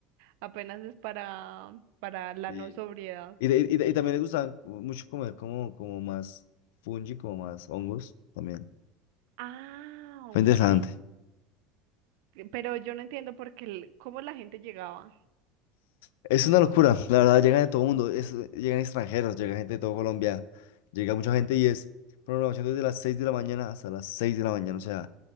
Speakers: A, on the right; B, on the left.
A: apenas es para, para la
B: Y,
A: no sobriedad.
B: y, de- y de- y también le gustaba mucho comer como, como más fungi, como más hongos también.
A: Ah,
B: Fue
A: ok.
B: interesante.
A: Pero yo no entiendo por qué, el- cómo la gente llegaba.
B: Es una locura, la verdad, llegan de todo el mundo, es- llegan extranjeros, llega gente de todo Colombia, llega mucha gente y es programación desde las 6 de la mañana hasta las 6 de la mañana, o sea,